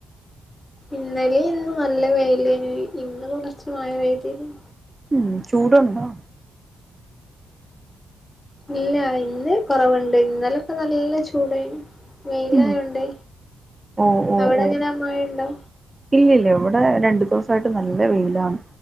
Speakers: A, on the left (about 15°); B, on the right (about 20°).
A: ഇന്നലെ ഇന്ന് നല്ല വെയ്ലേഞു ഇന്ന് കുറച്ച് മഴ വെയ്തിരുന്നു.
B: ഉം ചൂട്ണ്ടോ?
A: ഇല്ല ഇന്ന് കൊറവുണ്ട്. ഇന്നലൊക്കെ നല്ല ചൂടേഞ്. വെയിലായോണ്ട്.
B: ഉം ഓ ഓ
A: അവിടെങ്ങനെ
B: ഓ
A: മഴ ഉണ്ടോ?
B: ഇല്ലില്ല ഇവിടെ രണ്ടു ദിവസായിട്ട് നല്ല വെയിലാണ്.